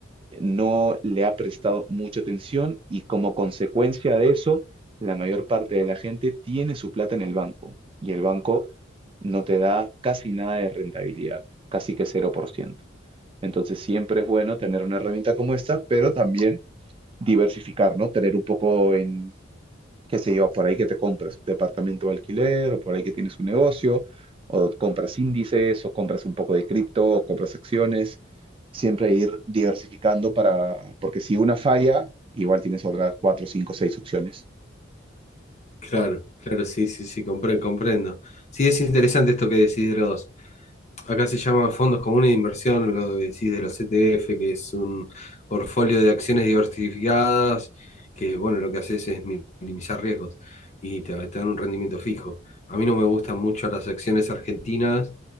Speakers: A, on the right (about 30°); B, on the left (about 35°).
A: no le ha prestado mucha atención y como consecuencia de eso, la mayor parte de la gente tiene su plata en el banco y el banco no te da casi nada de rentabilidad, casi que cero por ciento. Entonces siempre es bueno tener una herramienta como esta, pero también diversificar, ¿no? Tener un poco en, qué sé yo, por ahí que te compras un departamento de alquiler, o por ahí que tienes un negocio, o compras índices, o compras un poco de cripto, o compras acciones. Siempre ir diversificando para, porque si una falla, igual tienes otras cuatro, cinco, seis opciones.
B: Claro, claro, sí, sí, sí, compre- comprendo. Sí, es interesante esto que decís de los, acá se llaman fondos comunes de inversión, lo que decís de los ETF, que es un portfolio de acciones diversificadas, que bueno, lo que haces es mi- minimizar riesgos y te, te dan un rendimiento fijo. A mí no me gustan mucho las acciones argentinas,